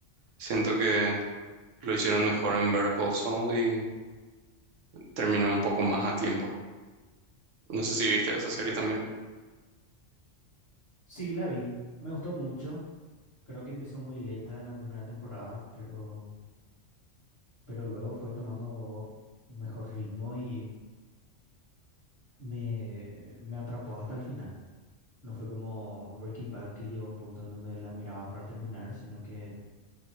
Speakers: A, on the right; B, on the left.
A: Siento que lo hicieron mejor en Better Call Saul y terminó un poco más a tiempo. No sé si viste esa serie también.
B: Sí, la vi, me gustó mucho. Creo que empezó muy lenta en la primera temporada, pero pero luego fue tomando mejor ritmo y me, me atrapó hasta el final. No fue como Breaking Bad que llegó a un punto en donde la miraba para terminar, sino que